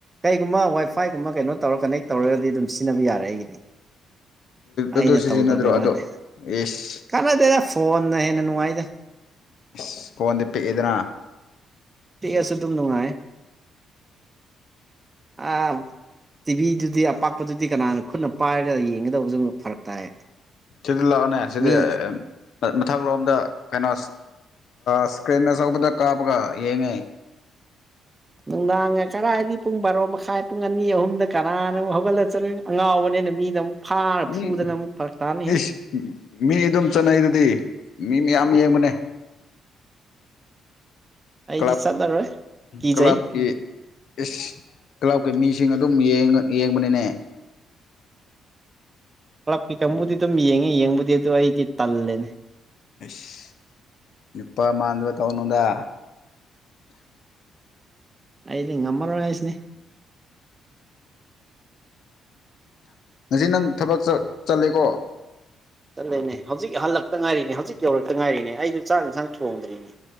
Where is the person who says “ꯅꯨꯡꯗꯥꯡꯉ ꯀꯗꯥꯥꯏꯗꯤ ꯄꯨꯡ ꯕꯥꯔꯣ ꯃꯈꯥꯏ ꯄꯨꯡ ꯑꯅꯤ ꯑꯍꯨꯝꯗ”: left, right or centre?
Right